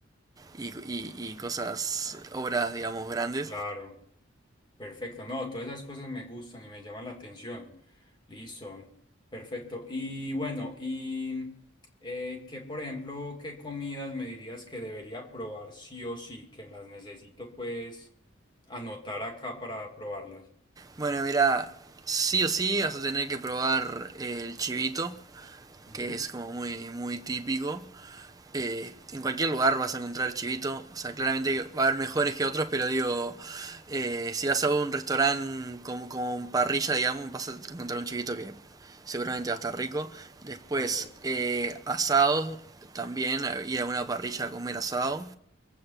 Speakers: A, on the right; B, on the left.
A: y, y, y cosas, obras, digamos, grandes.
B: Claro. Perfecto, no, todas esas cosas me gustan y me llaman la atención. Listo, perfecto. Y bueno, y eh, qué, por ejemplo, qué comidas me dirías que debería probar sí o sí, que las necesito pues anotar acá para probarlas.
A: Bueno, mira, sí o sí vas a tener que probar el chivito,
B: Ujú,
A: que es como muy, muy típico. eh, en cualquier lugar vas a encontrar chivito. O sea, claramente va a haber mejores que otros, pero digo, eh, si vas a un restaurante con, con parrilla, digamos, vas a encontrar un chivito que seguramente va a estar rico. Después,
B: Ok,
A: eh, asados, también ir a una parrilla a comer asado.